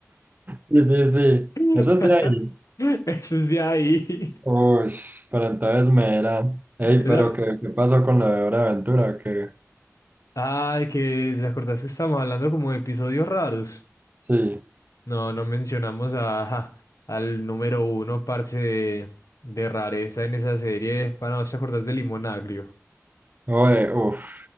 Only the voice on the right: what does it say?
Sí, sí, sí,
eso es de ahí.
Uy, pero entonces me eran. Ey,
pero ¿qué, qué pasó con la de Hora de Aventura? Que
sí.
Oye, uff,